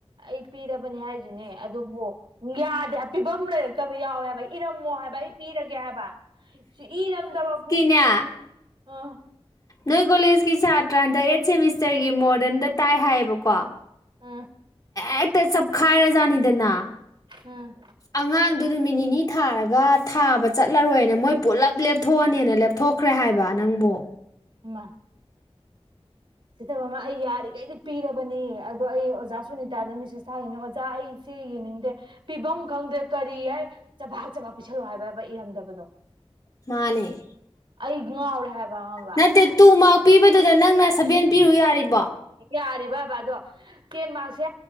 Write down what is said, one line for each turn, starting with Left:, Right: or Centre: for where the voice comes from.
Right: ꯑꯩ ꯄꯤꯔꯕꯅꯦ ꯍꯥꯏꯁꯤꯅꯦ ꯑꯗꯨꯕꯨ ꯌꯥꯗꯦ ꯄꯤꯐꯝ ꯂꯩꯔ ꯆꯆꯕ ꯌꯥꯎꯋꯦ ꯍꯥꯏꯕ ꯏꯔꯝꯃꯣ ꯍꯥꯏꯕ ꯑꯩ ꯄꯤꯔꯒꯦ ꯍꯥꯏꯕ ꯁꯤ ꯏꯔꯝꯗꯕꯕꯨ
Left: ꯀꯌꯥ
Right: ꯑꯥ
Left: ꯅꯣꯏ ꯀꯣꯂꯦꯖꯀꯤ ꯁꯥꯇ꯭ꯔ ꯍꯟꯗ ꯑꯩꯠ ꯁꯦꯃꯤꯁꯇꯔꯒꯤ ꯃꯣꯗꯔꯟꯗ ꯇꯥꯏ ꯍꯥꯏꯌꯦꯕꯀꯣ
Right: ꯑ
Left: ꯍꯦꯛꯇ ꯆꯞꯈꯥꯏꯔꯖꯥꯠꯅꯤꯗꯅ
Right: ꯎꯝ
Left: ꯑꯉꯥꯡꯗꯨ ꯅꯨꯃꯤꯠ ꯅꯤꯅꯤ ꯊꯥꯔꯒ ꯊꯥꯕ ꯆꯠꯂꯔꯣꯏꯅ ꯃꯣꯏ ꯄꯨꯂꯞ ꯂꯦꯞꯊꯣꯛꯑꯅꯤꯅ ꯂꯦꯞꯊꯣꯛ ꯀꯈ꯭ꯔꯦ ꯍꯥꯏꯕ ꯅꯪꯕꫭ
Right: ꯏꯃꯥ ꯁꯤꯇ ꯃꯃꯥ ꯑꯩ ꯌꯥꯔꯤꯈꯩꯗꯤ ꯄꯤꯔꯕꯅꯤ ꯑꯗꯣ ꯑꯩ ꯑꯣꯖꯥꯁꯨ ꯇꯥꯗ ꯃꯦꯁꯦꯁ ꯊꯥꯒꯅꯤ ꯑꯣꯖꯥ ꯑꯩꯁꯦ ꯌꯦꯡꯅꯤꯡꯗꯦ ꯄꯤꯐꯝ ꯈꯪꯗ꯭ꯔꯦ ꯀꯔꯤ ꯍꯥꯏꯏ ꯆꯕꯥꯛ ꯆꯕꯥꯛ ꯄꯤꯤꯁꯜꯂꯣ ꯍꯥꯏꯕꯕ ꯏꯔꯝꯗꯕꯗꯣ
Left: ꯃꯥꯅꯦ
Right: ꯑꯩ ꯉꯥꯎꯔꯦ ꯍꯥꯏꯕ ꯈꯪꯕ
Left: ꯅꯠꯇꯦ ꯇꯨ ꯃꯥꯔꯛ ꯄꯤꯕꯗꯨꯗ ꯅꯪꯅ ꯁꯚꯦꯟ ꯄꯤꯔꯨ ꯌꯥꯔꯤꯕꯣ
Right: ꯌꯥꯔꯤꯕ ꯕꯕꯥ ꯑꯗꯣ ꯇꯦꯟ ꯃꯥꯔꯛꯁꯦ